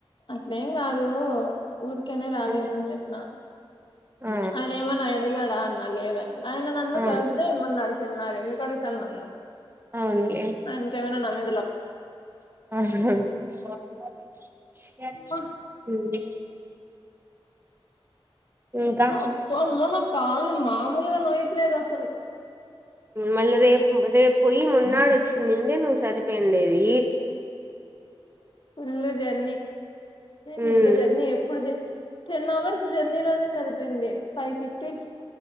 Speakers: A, on the left (about 55°); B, on the right (about 25°).
A: అట్లేం కాదు ఊరికేనే రాలేదు
B: ఆ
A: అని చెప్పిన.
B: ఆ
A: అనేమనా అడిగ్ అన్నా లేదండి ఆయన నన్ను
B: ఆ
A: తజదే ఇవమనాడు సెమినార్ ఎందుకు అడుగుతాడు నన్ను
B: అవునులే
A: ఆయనకి ఏవైనా నా మీద లవ్
B: ఆహు
A: అమ్మా
B: ఇంకా
A: అబ్బ అమ్మ నా కాళ్ళు మామూలుగా నోయ్యట్లేదు అసలు
B: మళ్ళీ రేపు రేపు పోయి మన్నాడు వచ్చిందిండే నువ్వు సరిపోయిండేది.
A: ఫుల్ జర్నీ నేను
B: ఉమ్,
A: ఇంత జర్నీ ఎప్పుడు చేయ్ టెన్ అవర్స్ జర్నీ లోనే సరిపోయింది ఫైవ్ ఫిఫ్టీ